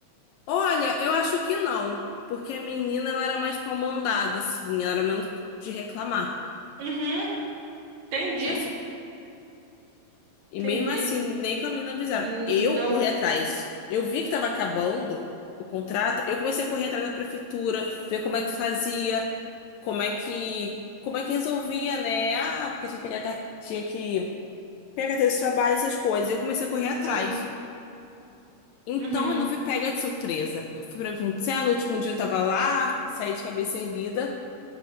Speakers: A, on the left; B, on the right.
A: Olha, eu acho que não. Porque a menina, ela era mais pra mandada, assim. Ela era menos de reclamar.
B: Uhum, entendi,
A: Só se... E
B: entendi.
A: mesmo assim, nem com a menina avisaram.
B: Hum,
A: Eu
B: Não,
A: corri atrás. Eu vi que tava acabando o contrato. Eu comecei a correr atrás da prefeitura, ver como é que fazia, como é que. Como é que resolvia, né? Ah, porque tinha que pegar, car- tinha que pegar carteira de trabalho, essas coisas. Eu comecei a correr
B: sim.
A: atrás. Então
B: Uhum.
A: eu não fui pega de surpresa. Eu fui pra Punta no último dia eu tava lá, saí de cabeça erguida,